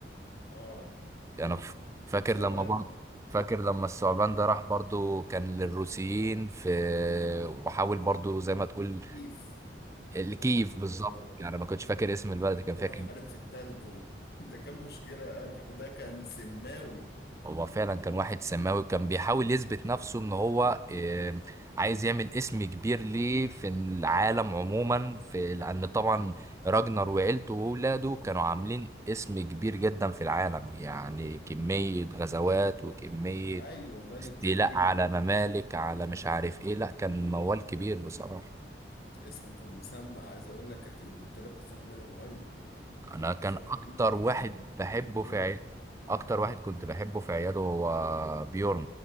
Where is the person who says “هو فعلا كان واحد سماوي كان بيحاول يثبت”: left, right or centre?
Right